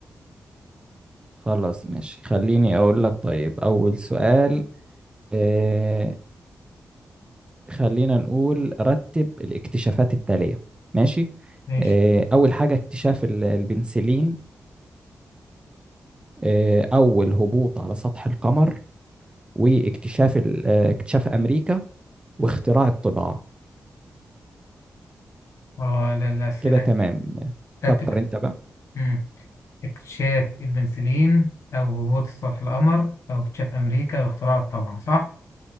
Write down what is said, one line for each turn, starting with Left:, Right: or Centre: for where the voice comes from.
Right: خلاص ماشي خليني اقول لك طيب اول سؤال آه، خلينا نقول رتب الاكتشافات التاليه ماشي
Left: ماشي
Right: آه، اول حاجه اكتشاف ال- البنسلين آه، اول هبوط على سطح القمر واكتشاف ال- آه، اكتشاف أمريكا واختراع الطباعة
Left: اه ال- الأسئلة
Right: كده تمام فكر
Left: رتب
Right: أنت بقى
Left: مم. اكتشاف البنسلين أو هبوط سطح القمر أو اكتشاف أمريكا واختراع الطبعة صح؟